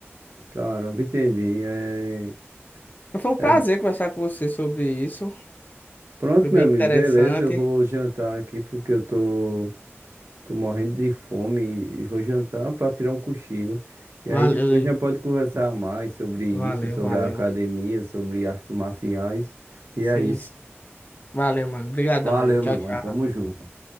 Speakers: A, on the right; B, on the left.
A: Caramba, entendi. É,
B: Mas foi um prazer
A: é-
B: conversar com você sobre isso.
A: Pronto,
B: Foi bem
A: meu amigo,
B: interessante.
A: beleza. Eu vou jantar aqui porque eu tô, tô morrendo de fome e vou jantar pra tirar um cochilo. E
B: Valeu,
A: aí depois
B: Ju.
A: já pode conversar mais sobre isso,
B: valeu,
A: sobre
B: valeu.
A: a academia, sobre artes marciais. E
B: Sim,
A: é isso.
B: sim. Valeu, mano. Obrigadão
A: Valeu,
B: aí. Tchau,
A: meu
B: tchau.
A: mano. Tamo junto.